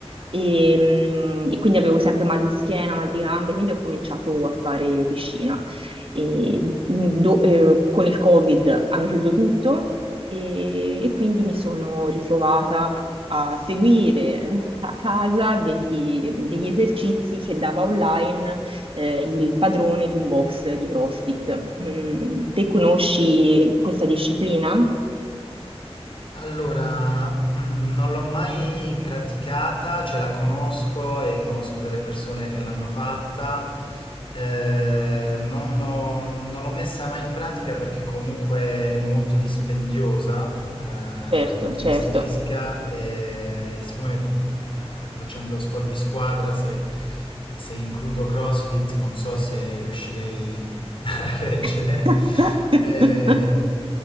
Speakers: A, on the right; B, on the left.
A: E, mm, e quindi avevo sempre mal di schiena, mal di gambe, quindi ho cominciato a fare piscina. E, mm, do- eh, con il Covid hanno chiuso tutto e, e quindi mi sono ritrovata a seguire eh, a casa degli, degli esercizi che dava online eh, il padrone di un box di CrossFit. Mm, te conosci questa disciplina?
B: Allora, <clears throat> mm, non l'ho mai praticata, cioè la conosco e conosco delle persone che l'hanno fatta. Eh, non l'ho non l'ho messa mai in pratica perché comunque è molto dispendiosa,
A: Certo,
B: eh, dal punto
A: certo.
B: di vista fisica e siccome eh, facendo sport di squadra, se, se includo CrossFit, non so se riuscirei <laughs> a reggere.
A: <laughs>
B: Eh,